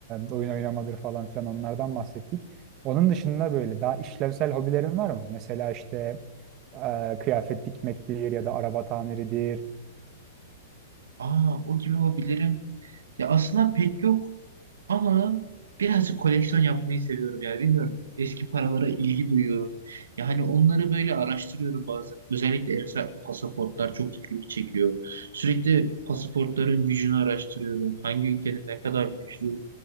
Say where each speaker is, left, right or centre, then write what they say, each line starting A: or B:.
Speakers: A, on the right (about 35°); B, on the right (about 80°).
A: e, oyun oynamadır falan filan onlardan bahsettik. Onun dışında böyle daha işlevsel hobilerin var mı? Mesela işte e, kıyafet dikmektir ya da araba tamiridir
B: Aa o gibi hobilerim. Ya aslında pek yok. Ama birazcık koleksiyon yapmayı seviyorum yani bilmiyorum. Eski paralara ilgi duyuyorum. Yani onları böyle araştırıyorum bazen. Özellikle mesela pasaportlar çok ilgimi çekiyor. Sürekli pasaportların gücünü araştırıyorum. Hangi ülkenin ne kadar güçlü.